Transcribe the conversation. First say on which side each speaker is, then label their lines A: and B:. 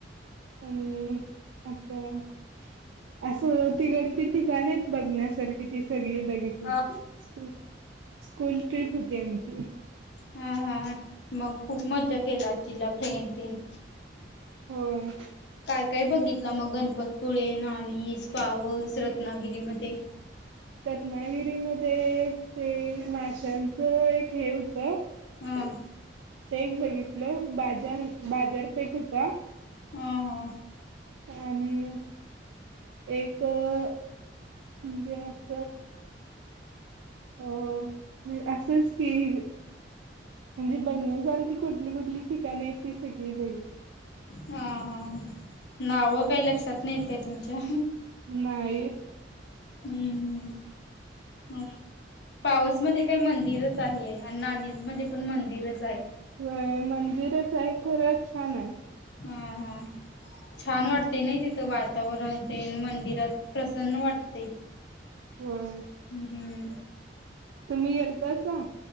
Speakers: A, on the right; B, on the left.
A: आणि <unintelligible> असं तिकडची ठिकाणएत बघण्यास तर कितीस सगळे बघितले,
B: हा
A: स्कूल ट्रिप होती आम <unintelligible>
B: हा हा, मग. खूप मजा केला असचिला. हे अन तेन.
A: होय.
B: काय काय बघितलं मग गणपतपुळे, नाणीस, पावस, रत्नागिरीमध्ये.
A: रत्नागिरीमध्ये ते माशांचं एक हे होतं.
B: हां.
A: ते एक बघितलं बाजार बाजारपेठ होता.
B: हं हं.
A: आणि एक म्हणजे अस. अ म्हणजे असंच की. म्हणजे बघण्या सारखी कुठली कुठली ठिकाण आहेत ती सगळी बघितली.
B: हा हा नावं काही लक्षात नाहीत काय तुमच्या.
A: नाहीत.
B: हम्म हम्म. हम. पावसमध्ये काय मंदिरच आहे आणि नाणीज मध्ये पण मंदिरच आहे.
A: व्हय मंदिरच आहे खरंच छान आहे.
B: हा हा छान वाटतय नाही तिथं वा वातावरण ते मंदिरात प्रसन्न वाटतय. ते.
A: होय
B: हम्म.
A: तुम्ही गेलतासा.